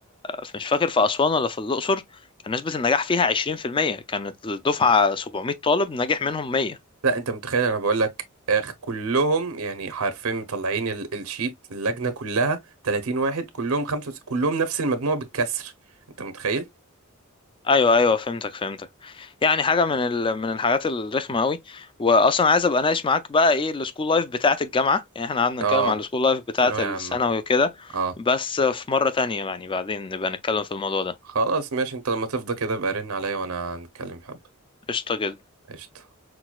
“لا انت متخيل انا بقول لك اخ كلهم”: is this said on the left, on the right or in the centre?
Right